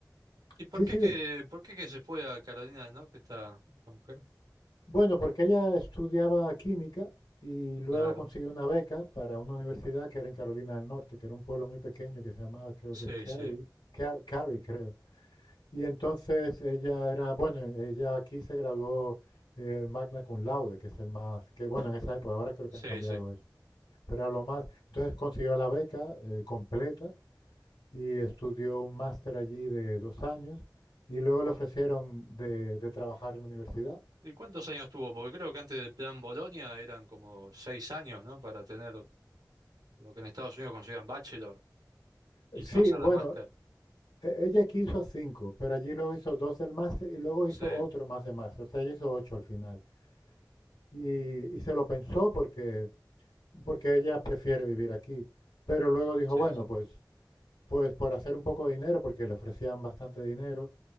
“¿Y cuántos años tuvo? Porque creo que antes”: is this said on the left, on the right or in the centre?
Right